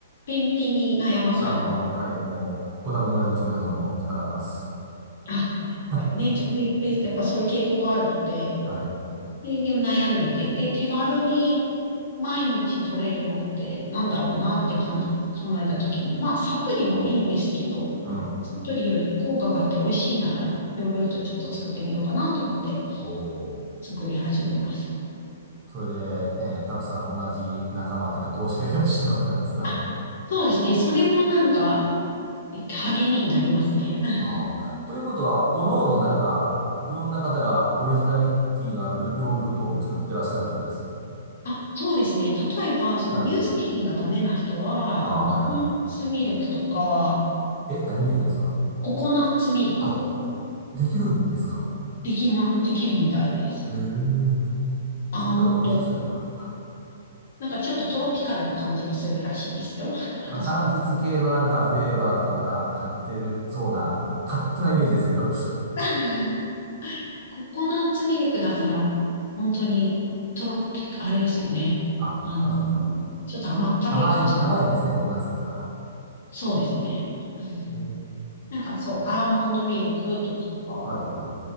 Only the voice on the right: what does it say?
あの、はい、もう、ご多分に言われず、うちの皆さんも戦ってます。
<laughs> はい、
はい、
うん。
おー。
それで、ね、たくさん同じ仲間っていうか、同志がいらっしゃるわけなんですが。
ああ。ということは、おのおのなんか、いろんな方がオリジナリティのあるヨーグルトを作ってらっしゃるってことですか
はい。ああー、
はいはい。え、何ミルクですか
あ、できるんですか
へえ。
それけど美味しそうやな。
<laughs> あ、
柑橘系のなんかフレーバーとかなんか入ってるそうな勝手なイメージですけど。
<laughs> あ、
そうかそうか。
甘い、甘いんですね、ココナッツだから。
そうか。
へえ。
はいはい。そ